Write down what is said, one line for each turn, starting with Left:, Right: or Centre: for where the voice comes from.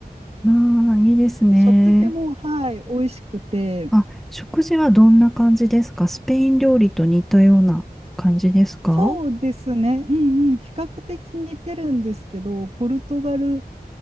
Centre: まあ、いいですね。
Right: 食事も、はい、美味しくて、
Centre: あ、食事はどんな感じですかスペイン料理と似たような感じですか
Right: そうですね、うんうん、比較的似てるんですけど、ポルトガル